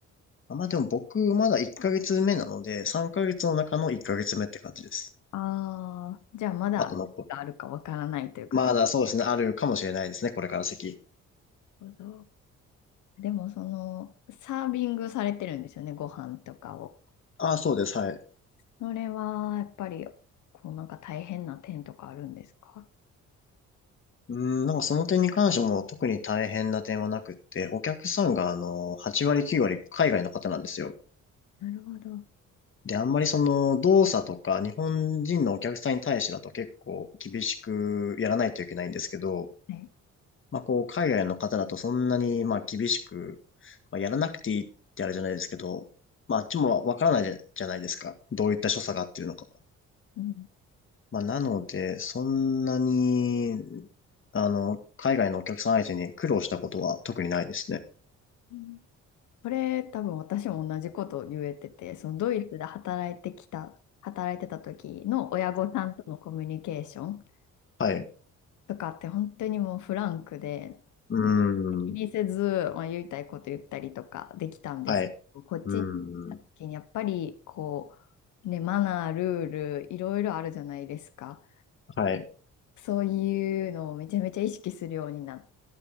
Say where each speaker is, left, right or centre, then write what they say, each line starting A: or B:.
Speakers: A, on the left; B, on the left.
A: あまあでも僕まだ1ヶ月目なので、3ヶ月の中の1ヶ月目って感じです。
B: ああ、じゃあまだあるかわからないというか、
A: あと残りまだそうですね、
B: なる
A: あるかもしれないですね、これから先。
B: ほど。でもそのサービングされてるんですよね、ご飯とかを。
A: ああ、そうです、はい。
B: それはやっぱりこうなんか大変な点とかあるんですか
A: うん、なんかその点に関しても特に大変な点はなくって、お客さんがあの、8割9割海外の方なんですよ。
B: なるほど。
A: で、あんまりその動作とか日本人のお客さんに対してだと結構厳しくやらないといけないんですけど、
B: はい。
A: まあこう海外の方だとそんなにまあ厳しく、まあ、やらなくていいってあれじゃないですけど、まああっちもわからないじゃないですか。どういった所作が合ってるのかが。
B: うん。
A: まあなので、そんなに、あの、海外のお客さん相手に苦労したことは特にないですね。
B: うんこれ多分私も同じことを言えてて、そのドイツで働いてきた、働いてた時の親御さんとのコミュニケーション
A: はい。
B: とかって本当にもうフランクで、
A: うーん。
B: 気にせず、まあ、言いたいこと言ったりとかできたんですけど、
A: はい。
B: こっちに来た時にやっぱりこ
A: うーん。
B: う、ね、マナー、ルール、いろいろあるじゃないですか。
A: はい。
B: そういうのをめちゃめちゃ意識するようになっ